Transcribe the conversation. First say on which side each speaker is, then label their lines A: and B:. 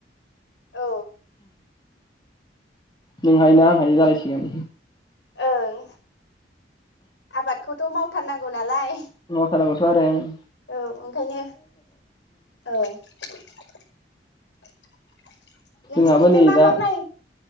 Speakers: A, on the left; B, on the left.
A: औ।
B: नों हायोना आं हायो जालायसिगोन।
A: ओं। आबादखौ थ' मावथारनांगौ नालाय
B: मावखानांगौथ' आरो ओं।
A: औ ओंखायनो औ नोंसिनिफ्राय
B: जोंहाबो नै
A: मा
B: दा
A: मा माइ